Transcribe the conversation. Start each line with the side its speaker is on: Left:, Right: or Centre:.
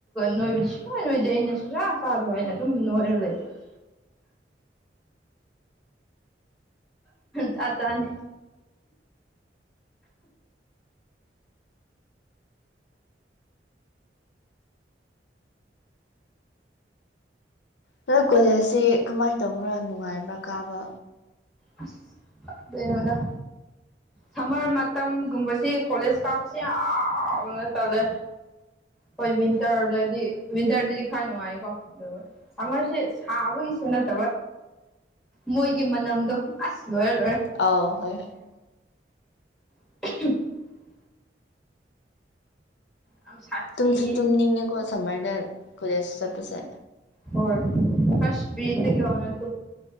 Centre: ꯅꯣꯏꯕꯗꯤ ꯁꯨꯃꯥꯏ ꯑꯣꯏꯗꯦ ꯑꯩꯅ ꯆꯨꯔꯨꯔꯥ ꯆꯥꯗꯕꯅ ꯑꯗꯨꯝ ꯅꯣꯏꯔ ꯂꯩꯕ <inaudible> ꯆꯥ ꯆꯅꯤ
Left: ꯅꯔ ꯀꯣꯂꯦꯖꯁꯤ ꯀꯃꯥꯏꯅ ꯇꯧꯕ꯭ꯔꯥ ꯅꯨꯡꯉꯥꯏꯕ꯭ꯔꯥ ꯀꯥꯕ
Centre: ꯑ ꯑꯗꯨꯉꯣꯗ ꯁꯝꯃꯔ ꯃꯇꯝꯒꯨꯝꯕꯕꯁꯤ ꯀꯣꯂꯦꯖ ꯀꯥꯕꯕꯁꯤ ꯌꯥꯝꯅ ꯇꯜꯂꯦ ꯍꯣꯏ ꯋꯤꯟꯇꯔꯗꯗꯤ ꯋꯤꯟꯇꯔꯗꯗꯤ ꯈꯔ ꯅꯨꯡꯉꯥꯏꯀꯣ ꯑꯗꯨ ꯁꯃꯔꯁꯦ ꯁꯥꯕꯒꯤꯁꯨ ꯅꯠꯇꯕ ꯃꯣꯏꯒꯤ ꯃꯅꯝꯗꯣ ꯑꯁ ꯂꯣꯏꯔꯦ ꯂꯣꯏꯔꯦ
Left: ꯑꯥꯎ ꯍꯣꯏ
Centre: <inaudible> ꯌꯥꯝ ꯁꯥꯊꯤꯌꯦ
Left: ꯇꯨꯝꯁꯨ ꯇꯨꯝꯅꯤꯡꯉꯦꯀꯣ ꯁꯝꯃꯔꯗ ꯀꯣꯂꯦꯖ ꯆꯠꯄꯁꯦ
Centre: ꯍꯣꯏ ꯐꯁ ꯐꯗ ꯋꯥꯅ